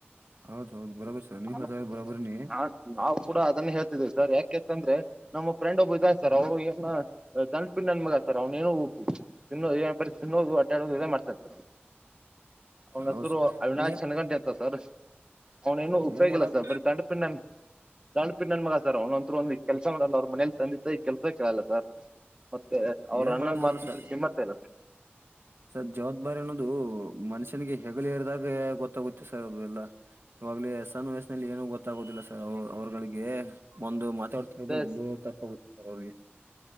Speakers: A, on the right (about 70°); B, on the right (about 20°).
A: ಹೌದುೌದು ಬರಬರ್ ಸ ನೀವು
B: ನಾನು
A: ಹದ ಬರಬರ ನೀ
B: ನಾನು ನಾವು ಕೂಡ ಅದನ್ನ ಹೇಳ್ತಿದೀವಿ ಸರ್ ಯಾಕೆಂತಂದ್ರೆ ನಮ್ಮ ಫ್ರೆಂಡ್ ಒಬ್ಬ ಇದಾಯ ಸರ್ ಅವ್ರು ಏನ ದಂಡಪಿಂಡ ನನ್ ಮಗ ಆತಾರ ಅವ್ನೇನೋ ಉಪ್ಪು ತಿನ್ನ ಬರಿ ತಿನ್ನೋದು ಅಟ ಆಡೋದು ಇದೇ ಮಾಡ್ತಾಂತತಾರೆ ಅವನ
A: ಹೌದ್
B: ಹತ್ರರು ಅವಿನಶ್
A: ಏ
B: ಚೆನ್ನ ಗಂಟೆತ್ತ ಸರ್ ಅವ್ನೇಏನು ಉಯೋಗ
A: ಏನ್ ಮಾಡಕ್
B: ಇಲ್ಲ ಸರ್ ಬರೀ ದಂಡ ಪಿಂಡ್ ದಂಡ ಪಿಂಡ್ನ್ ಮಗ ಸರ್ ಅವ್ನ ಒಂತ್ರರು ಒಂದಿ ಕೆಲ್ಸ ಮಾಡಲ್ಲ ಅವ್ರ ಮನೇಲಿ ತಂದತ್ತ ಈ ಕೆಲ್ಸಕ್ಕೆಲ್ಲ ಸರ್ ಮತ್ತೆ ಅವ್ರ
A: ಏನ್
B: ಅಣನ್
A: ಮಾಡಕ್ ಬರಲ್ಲ
B: ಮಾತಂತ್
A: ಸರ್
B: ಗಮ್ಮತ್ತ ಇಲ್ಲ
A: ಸರ್ ಜವಾಬ್ದಾರಿ ಅನ್ನೋದು ಮನುಷ್ಯನಿಗೆ ಹೆಗಗಳ ಹರಿದಾಗ ಗೊತ್ತಾಗುತ್ತೆ ಸರ್ ಅದು ಎಲ್ಲ ಇವಾಗ್ಲಿ ಸನ್ ವಯಸ್ ನಲ್ಲಿ ಏನು ಗೊತ್ತಾಗೋದಿಲ್ಲ ಸರ್ ಅವ್ರಗಳಿಗೆ ಒಂದು ಮಾತಾ ಹೌದು
B: ಅದೇ
A: ನಮ್ದು ತಪ್ಪೋಗುತ್ತ ಅವ್ರಿಗೆ